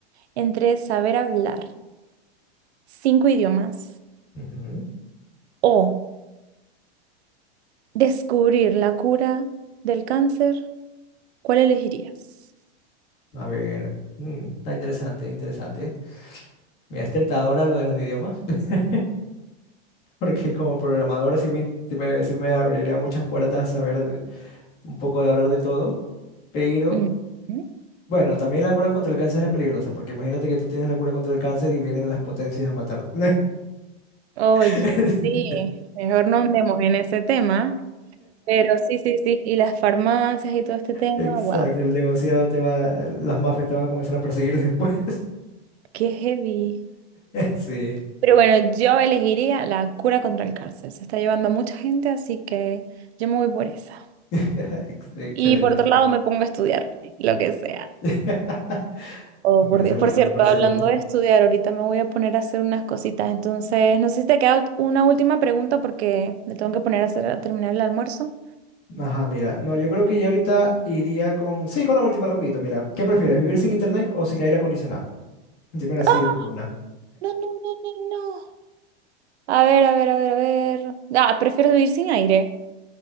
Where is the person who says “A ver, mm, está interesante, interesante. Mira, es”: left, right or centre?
Left